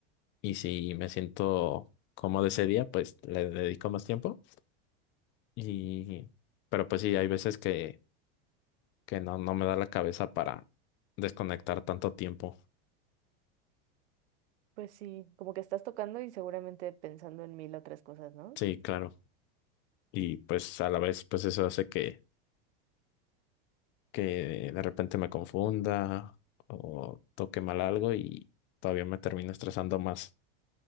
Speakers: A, on the left; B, on the right.
A: y si me siento cómodo ese día, pues le dedico más tiempo. Y, pero pues sí, hay veces que, que no, no me da la cabeza para desconectar tanto tiempo.
B: Pues sí, como que estás tocando y seguramente pensando en mil otras cosas, ¿no?
A: Sí, claro. Y pues a la vez, pues eso hace que, que de repente me confunda o toque mal algo y todavía me termino estresando más.